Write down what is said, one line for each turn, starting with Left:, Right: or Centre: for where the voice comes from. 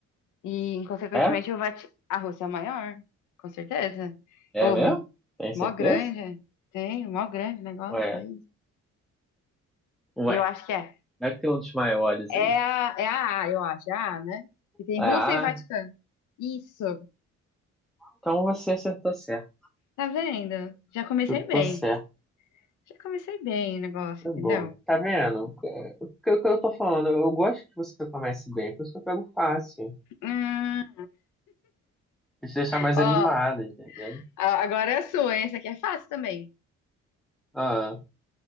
Left: E, consequentemente,
Centre: É?
Left: o Vati... a Rússia é o maior, com certeza.
Centre: É
Left: Ô,
Centre: mesmo? Tem certeza?
Left: mó grande, tem, mó grande negócio,
Centre: Ué,
Left: país.
Centre: ué.
Left: Eu acho que é.
Centre: Deve ter um dos maiores
Left: É
Centre: aí.
Left: a, é a A, eu acho, é a A, né? Que tem
Centre: Ah,
Left: Rússia e Vaticano. Isso.
Centre: então você acertou certo.
Left: Tá vendo? Já comecei
Centre: Eu
Left: bem.
Centre: tô certo.
Left: Já comecei bem o negócio,
Centre: Tá
Left: entendeu?
Centre: bom. Tá vendo? O que, o que eu tô falando? Eu gosto que você comece bem, por isso que eu pego fácil.
Left: Hum,
Centre: Pra te deixar mais
Left: ó,
Centre: animada, entendeu?
Left: a- agora é a sua, hein? Essa aqui é fácil também.
Centre: Ah,